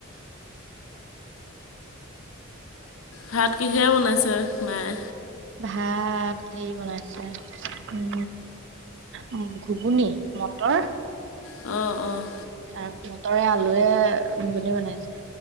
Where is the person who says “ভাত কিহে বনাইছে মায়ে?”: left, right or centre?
Left